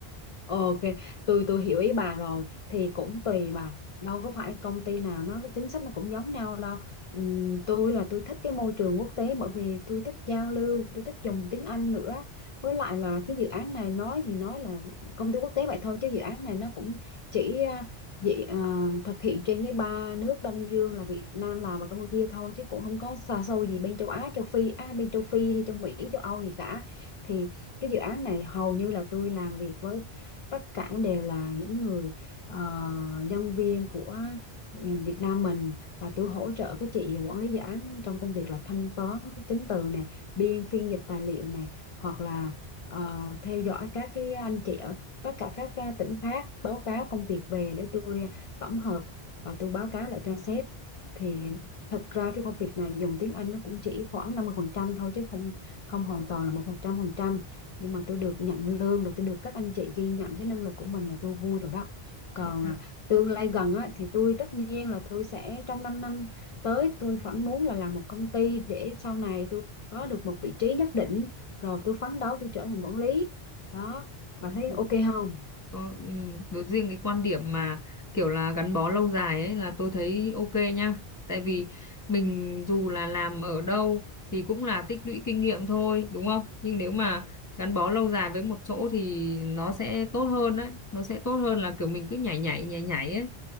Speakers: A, on the left; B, on the left.
A: Ờ, Ok, tôi tôi hiểu ý bà rồi thì cũng tùy bà đâu có phải công ty nào nó cái chính sách nó cũng giống nhau đâu Ừm, tôi là tôi thích cái môi trường quốc tế bởi vì tôi thích giao lưu tôi thích dùng tiếng Anh nữa với lại là cái dự án này nói thì nói là công ty quốc tế vậy thôi chứ dự án này nó cũng chỉ à, dị, à, thực hiện trên cái ba nước Đông Dương là Việt Nam Lào và Campuchia thôi chứ cũng không có xa xôi gì bên châu Á châu Phi à, bên châu Phi hay châu Mỹ châu Âu gì cả thì cái dự án này hầu như là tôi làm việc với tất cả đều là những người ờ, nhân viên của ừ, Việt Nam mình và tôi hỗ trợ các chị quản lý dự án trong công việc là thanh toán các chứng từ nè biên phiên dịch tài liệu nè hoặc là ờ, theo dõi các cái anh chị ở tất cả các ờ, tỉnh khác báo cáo công việc về để tôi à, tổng hợp và tôi báo cáo lại cho sếp thì thật ra cái công việc này dùng tiếng Anh nó cũng chỉ khoảng 50% thôi chứ không không hoàn toàn là một trăm phần trăm nhưng mà tôi được nhận lương rồi tôi được các anh chị ghi nhận cái năng lực của mình là tôi vui rồi đó còn
B: thế.
A: à, tương lai gần á, thì tôi tất nhiên là tôi sẽ trong 5 năm tới tôi vẫn muốn là làm một công ty để sau này tôi có được một vị trí nhất định rồi tôi phấn đấu tôi trở thành quản lý đó bà
B: đúng
A: thấy
B: rồi,
A: ok
B: đúng.
A: không
B: Có, ừ, đối riêng cái quan điểm mà kiểu là gắn bó lâu dài ấy là tôi thấy ok nha. Tại vì mình dù là làm ở đâu thì cũng là tích lũy kinh nghiệm thôi, đúng không? Nhưng nếu mà gắn bó lâu dài với một chỗ thì nó sẽ tốt hơn đấy. Nó sẽ tốt hơn là kiểu mình cứ nhảy nhảy nhảy nhảy ấy.